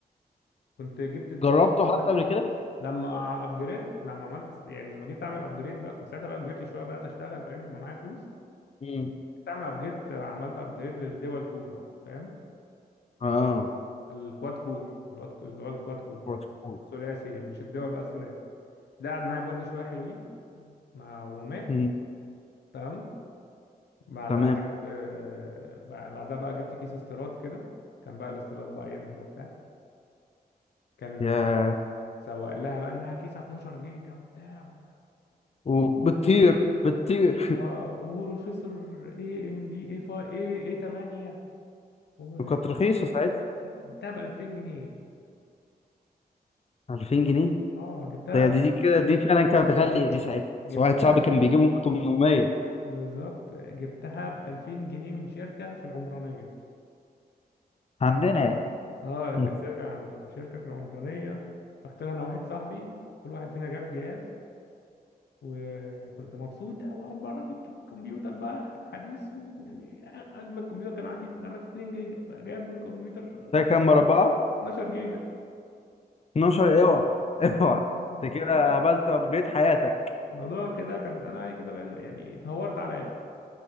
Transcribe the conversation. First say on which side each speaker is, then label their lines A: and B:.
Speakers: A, on the left (about 90°); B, on the left (about 40°).
A: كنت جبت كنت
B: جربته
A: لما
B: حتى قبل كده
A: لما ابجريد لما عملت يعني لما جيت اعمل ابجريد بقى كنت ساعتها بقى كبرت شويه بدات اشتغل فاهمني يبقى معايا فلوس
B: مم.
A: جيت اعمل ابجريد عملت ابجريد للدول كور بقى فاهم
B: اه
A: الكواد كور الواد اللي هو الكواد كور
B: بروتوكول
A: الثلاثي مش الدول بقى الثلاثي ده قعد معايا برضه شويه حلوين ما ومات
B: مم.
A: تمام بعدها
B: تمام
A: جبت آه، بع- بعدها بقى جبت كيس استيراد كده كان بقى الاستيراد بقى يظهر وبتاع كان
B: يا
A: يتسوق لها بقى انها كيسه 12 جيجا وبتاع
B: وبتطير بتطير
A: اه وبروسيسور اي ام دي اي 5 اي اي 8 و
B: وكانت رخيصة ساعتها
A: اه جبتها ب 2000 جنيه
B: 2000 جنيه
A: اه جبتها
B: ده دي دي كده دي فعلا كانت غالية دي ساعتها
A: جبتها
B: بس واحد صاحبي كان بيجيبهم ب 800
A: بالظبط جبتها ب 2000 جنيه من شركه في العمرانيه
B: عندنا يعني.
A: اه كانت
B: مم.
A: شركه عنده شركه في العمرانيه رحت لها انا واحد صاحبي كل واحد فينا جاب جهاز وكنت مبسوط أوي أول مرة جبت كمبيوتر بقى حديث ويعني أجمد كمبيوتر كان عندي رامات 2 جيجا فجاب كمبيوتر
B: ده كان مربعة
A: 12 جيجا
B: 12 اوعى اوعى
A: <laughs> اه الموضوع
B: انت كده قابلت ابجريد حياتك
A: الموضوع كده كان انا كده بقى- يعني اتهورت على الاخر